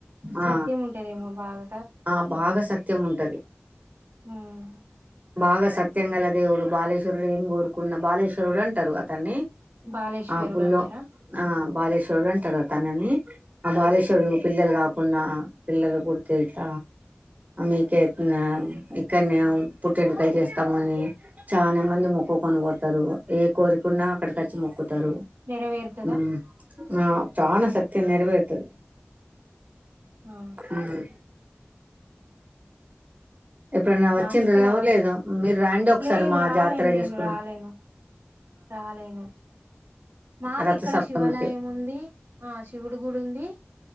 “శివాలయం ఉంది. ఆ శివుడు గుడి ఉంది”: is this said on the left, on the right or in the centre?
Right